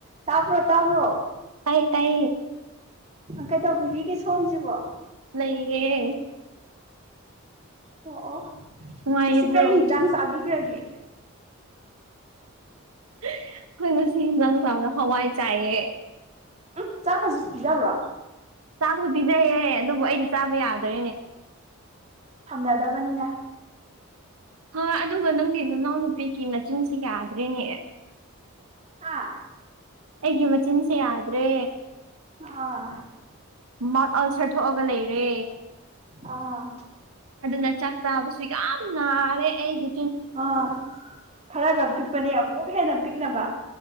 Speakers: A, on the right; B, on the right.
A: ꯇꯥꯕ꯭ꯔꯣ ꯇꯥꯕ꯭ꯔꯣ
B: ꯇꯥꯏ ꯇꯥꯏ
A: ꯀꯩꯗꯧꯕꯤꯔꯤꯒꯦ ꯁꯣꯝꯁꯤꯕꯨ
B: ꯂꯩꯌꯦ
A: ꯑꯣ ꯑꯣ
B: ꯅꯨꯡꯉꯥꯏꯔꯤꯕ꯭ꯔꯣ
A: ꯉꯁꯤ ꯀꯔꯤ ꯌꯦꯟꯖꯥꯡ ꯆꯥꯕꯤꯈ꯭ꯔꯒꯦ
B: ꯑꯩꯈꯣꯏ ꯉꯁꯤ ꯌꯦꯟꯖꯥꯡ ꯆꯥꯕꯔꯣ ꯍꯋꯥꯏ ꯆꯥꯏꯌꯦ
A: ꯎꯃ ꯆꯥꯛꯀꯁꯨ ꯄꯤꯖꯕ꯭ꯔꯣ
B: ꯆꯥꯛꯁꯨ ꯄꯤꯖꯩꯍꯦ ꯑꯗꯨꯕꯨ ꯑꯩꯗꯤ ꯆꯥꯕ ꯌꯥꯗ꯭ꯔꯦ
A: ꯁꯝꯅꯗꯕꯅꯤꯅ
B: ꯍ ꯑꯗꯨꯒ ꯅꯪꯒꯤ ꯅꯅꯥꯎꯅꯨꯄꯤꯒꯤ ꯅꯆꯤꯟꯁꯤ ꯌꯥꯗ꯭ꯔꯦꯅꯦ
A: ꯍꯥꯥ
B: ꯑꯩꯒꯤ ꯃꯆꯤꯟꯁꯦ ꯌꯥꯗ꯭ꯔꯦ
A: ꯑ
B: ꯃꯥꯎꯠ ꯑꯜꯁꯔ ꯊꯣꯛꯑꯒ ꯂꯩꯔꯦ
A: ꯑꯥ
B: ꯑꯗꯨꯅ ꯆꯥꯛ ꯆꯥꯕꯁꯨ ꯌꯥꯝ ꯅꯥꯔꯦ ꯑꯩꯗꯤ
A: ꯑꯥ ꯈꯔꯒ ꯄꯤꯛꯄꯅꯦ ꯑꯃꯨꯛ ꯍꯦꯟꯅ ꯄꯤꯛꯅꯕ